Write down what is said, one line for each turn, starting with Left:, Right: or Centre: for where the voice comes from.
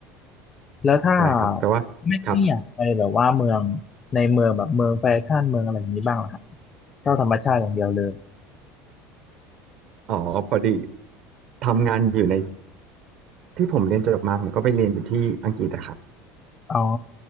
Left: แล้วถ้า
Right: ใช่ครับแต่ว่าครับ
Left: ไม่ไม่อยากไปแบบว่าเมืองในเมืองแบบเมืองแฟชั่นเมืองอะไรอย่างนี้บ้างเหรอครับเที่ยวธรรมชาติอย่างเดียวเลย
Right: อ๋อพอดีทำงานอยู่ในที่ผมเรียนจบมาผมก็ไปเรียนอยู่ที่อังกฤษอะครับ
Left: อ๋อ